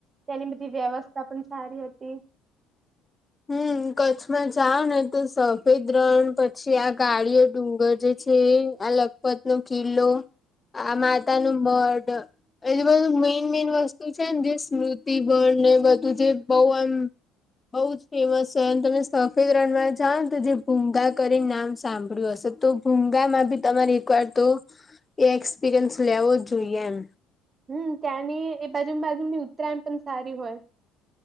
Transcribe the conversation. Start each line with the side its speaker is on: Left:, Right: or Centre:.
Right: તેનીધી વ્યવસ્થા પણ સારી હોતી.
Left: હમ કચ્છમાં જાવ ને તો સફેદ રણ પછી આ કાડીઓ ડુંગર જે છે આ લખપત નો કિલ્લો આ માતા નું મઢ એજ બધું મેઈન મેન વસ્તુ છે ને જે સ્મૃતિ બળ ને બધું જે બહઉ એમ બઉ જ એેમસ છે તમે સફેદ રનમાં જાઓ ને તો જે ભૂગા કરીને નામ સાંભળ્યું હશે તો હુગા માં ભી તમારેવાયર તો એ એક્સપિરિયન્સ લેવો જોઈએ એમ
Right: હમ ત્યાંની એ બાજુ બાજુની ઉત્તરાયણ પણ સારી હોય.